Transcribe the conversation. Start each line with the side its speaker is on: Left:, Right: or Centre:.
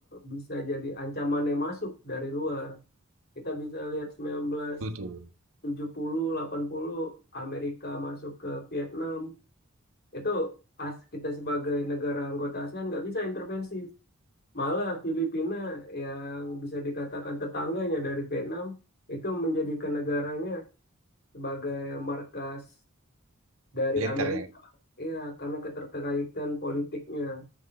Left: bisa jadi ancaman yang masuk dari luar. Kita bisa lihat 1970,
Right: Itu tuh
Left: 80 Amerika masuk ke Vietnam, itu as kita sebagai negara anggota ASEAN nggak bisa intervensi. Malah Filipina yang bisa dikatakan tetangganya dari Vietnam itu menjadikan negaranya sebagai markas dari
Right: militer
Left: Amerika.
Right: yang
Left: Iya, karena keterkaitan politiknya.